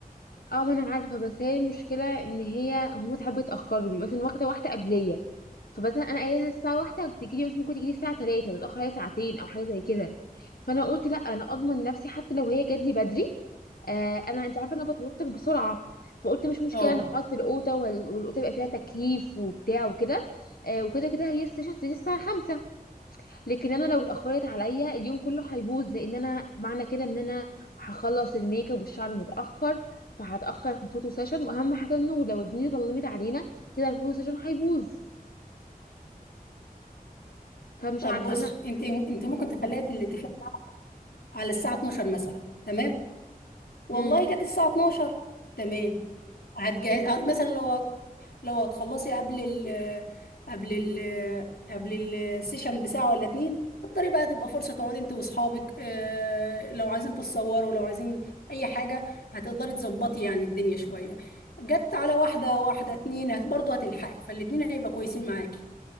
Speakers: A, on the left; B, on the left.
A: اه ما انا عارفه بس هي المشكله ان هي هم ساعات بيتاخروا بيبقى مثلا واخده واحده قبليه فمثلا انا قايله لها الساعه واحدة وتجيلي بس ممكن تجيلي الساعه 3 تتاخر هي ساعتين او حاجه زي كده فانا قلت لا انا اضمن نفسي حتى لو هي جات لي بدري آه انا انت عارفه انا بتوتر بسرعه فقلت مش مشكله
B: اه
A: انا هقعد في الاوضه وال- والاوضه يبقى فيها تكييف وبتاع وكده آه وكده كده هي السيشن هتبتدي الساعه 5 لكن انا لو اتاخرت عليا اليوم كله هيبوظ لان انا معنى كده ان انا هخلص الميك اب والشعر متاخر فهتاخر في الفوتو سيشن واهم حاجه النور لو الدنيا ظلمت علينا كده الفوتو سيشن هيبوظ فمش
B: طب
A: عارفه
B: بص
A: انا
B: انت انت ممكن تخليها الاتفاق على الساعه 12 مثلا تمام والله
A: امم
B: جت الساعة 12 تمام هتجهز مثلا لو هت- لو هتخلصي قبل ال قبل ال قبل السيشن بساعة ولا اتنين تقدري بقى تبقى فرصة تقعدي انت واصحابك اه، لو عايزين تتصوروا لو عايزين اي حاجة هتقدري تظبطي يعني الدنيا شوية جت على واحدة واحدة اتنين هت برضه هتلحقي فالاتنين هيبقى كويسين معاكي